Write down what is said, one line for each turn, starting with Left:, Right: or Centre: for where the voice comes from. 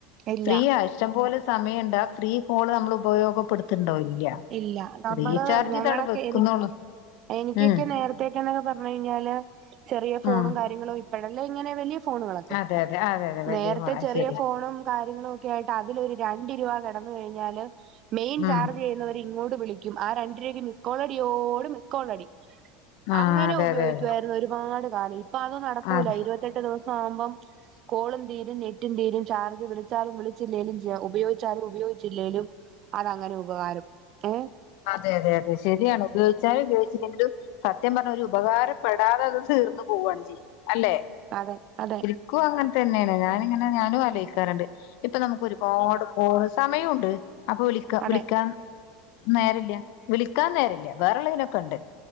Right: ഇല്ല
Left: ഫ്രീയാ ഇഷ്ടം പോലെ സമയുണ്ടാ ഫ്രീ കോള് നമ്മൾ ഉപയോഗപ്പെടുത്തുണ്ടോ ഇല്ല
Right: ഇല്ല നമ്മള്
Left: റീചാർജ്
Right: ഞങ്ങളൊക്കെ
Left: ചെയ്ത് അവിടെ വെക്കുന്നുള്ളൂ
Right: എനി എനിക്കൊക്കെ
Left: ഉം
Right: നേര ത്തെക്കെന്നൊക്കെ പറഞ്ഞെഴിഞ്ഞാല് ചെറിയ ഫോണും
Left: ഉം
Right: കാര്യങ്ങളും ഇപ്പോഴെല്ലെ ഇങ്ങനെ വലിയ ഫോണുകളൊക്കെ
Left: അതെ അതെ അതെ അതെ വലിയ
Right: നേരത്തെ
Left: ഫോണാ
Right: ചെറിയ
Left: ശരിയാ
Right: ഫോണും കാര്യംങ്ങൾക്കേ ആയിട്ട് അതിലൊരു രണ്ട് രൂപ കിടന്നു കഴിഞ്ഞാല് മെയിൻ
Left: ഉം
Right: ചാർജ് ചെയ്തു ഇങ്ങോട്ട് വിളിക്കും ആ രണ്ട് രൂപക്ക് മിസ് കോളടിയോട് മിസ് കോളടി.
Left: ആഹ്
Right: അങ്ങനെ
Left: അതെ
Right: ഉപയോഗികായിരുന്നു
Left: അതെ അതെ
Right: ഒരുപാട് കാലം ഇപ്പൊ അത് നടക്കൂല
Left: അതെ
Right: ഇരുപത്തി ത്തെട്ട് ദിവസാകുമ്പോ കോളും തീരും നെറ്റും തീരും ചാർജ്ജ് വിളിച്ചാലും വിള ജില്ലയിലും ഉപയോഗിച്ചാലും ഉപയോഗിച്ചില്ലേലും അതങ്ങനെ ഉപകാരം ഏ
Left: അതെ അതെ അതെ ശരിയാണ് ഉപയോഗിചാലും ഉപയോഗിച്ചില്ലെങ്കിലും. സത്യം പറഞ്ഞ ഒരു ഉപകാരപ്പെടാതെ അത് തീർന്നു പോവുകയാണ് ചെയ്യേ അല്ലെ.
Right: അതെ അതെ.
Left: നിക്കും അങ്ങനെ തന്നെയാണ് ഞാനിങ്ങനെ ഞാനും ആലോയിക്കാറുണ്ട് ഇപ്പൊ നമുക്ക് ഒരുപാട്. ഓ സമയം ഉണ്ട് അപ്പൊ വിളിക്ക
Right: അതെ
Left: വിളിക്കാൻ. നേരല്ല വിളിക്കാൻ നേരില്ല വേറെള്ളതിലൊക്കെ ഉണ്ട്.